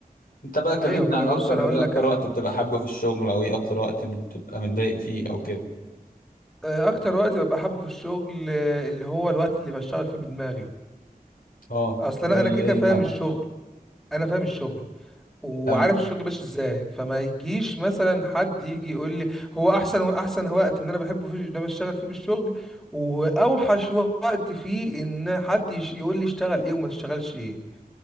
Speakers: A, on the left; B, in the centre.
A: انت بقى كلمني
B: ايوه ما
A: عن
B: انا
A: اكتر
B: بص انا هقول
A: ايه اكتر
B: لك على
A: وقت
B: حاجه
A: بتبقى حابه في الشغل او ايه اكتر وقت بتبقى متضايق فيه او كده
B: آه، اكتر وقت ببقى حابه في الشغل آه، اللي هو الوقت اللي بشتغل فيه بدماغي
A: اه
B: اصل
A: زي
B: انا انا كده
A: ايه
B: كده فاهم
A: بقى
B: الشغل انا فاهم الشغل وعارف
A: فعلا
B: الشغل ماشي ازاي فما يجيش مثلا حد يجي يقول لي هو احسن احسن وقت ان انا بحبه فيه ان انا بشتغل فيه بالشغل واوحش وقت فيه ان حد يش- يقول لي اشتغل ايه وما تشتغلش ايه